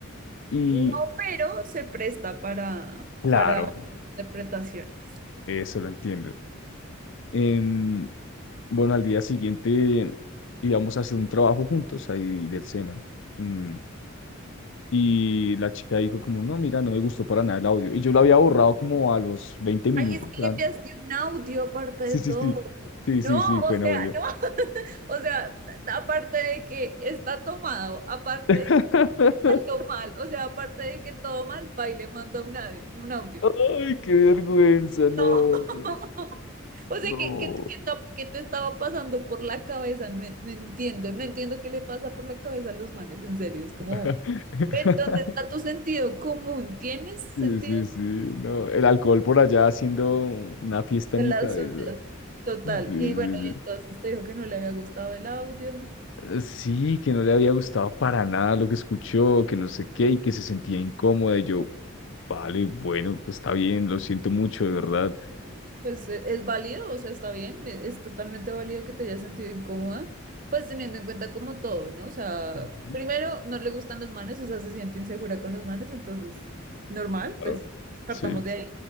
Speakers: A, on the left (about 60°); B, on the right (about 40°).
A: Y
B: no, pero se presta para,
A: claro,
B: para otras interpretaciones.
A: eso lo entiendo. Em, bueno, al día siguiente íbamos a hacer un trabajo juntos ahí del SENA. Mm, y la chica dijo como, no, mira, no me gustó para nada el audio. Y yo lo había borrado como a los 20 minutos.
B: Ay, es que
A: eran-
B: le enviaste un audio aparte
A: Sí,
B: de
A: sí,
B: todo.
A: sí. Sí, sí,
B: No,
A: sí,
B: o
A: fue en
B: sea,
A: audio.
B: no, <laughs> o sea, aparte de que está tomado, aparte
A: <laughs>
B: de que salió mal, o sea, aparte de que todo mal, pa, y le manda un audio, un audio.
A: Ay, qué vergüenza, no.
B: No. <laughs>
A: no.
B: O sea,
A: No.
B: ¿qué, qué, qué ta- qué te estaba pasando por la cabeza? No, en- no entiendo, no entiendo qué le pasa por la cabeza a los manes, en serio. Es como,
A: <laughs>
B: ¿en dónde está tu sentido común? ¿Tienes sentido
A: Sí, sí, sí,
B: común
A: no, el alcohol por allá haciendo una fiesta en
B: de
A: mi
B: las
A: cabeza.
B: ondas? Total.
A: Sí, sí,
B: Y bueno, y
A: sí.
B: entonces te dijo que no le había gustado el audio.
A: Eh, sí, que no le había gustado para nada lo que escuchó, que no sé qué, y que se sentía incómoda. Y yo, vale, bueno, pues está bien, lo siento mucho, de verdad.
B: Pues e- es, válido, o sea, está bien, e- es, totalmente válido que te hayas sentido incómoda, pues teniendo en cuenta como todo, ¿no? O sea,
A: Ujú.
B: primero no le gustan los manes, o sea, se siente insegura con los manes, entonces, normal,
A: Claro,
B: pues partamos
A: sí.
B: de ahí.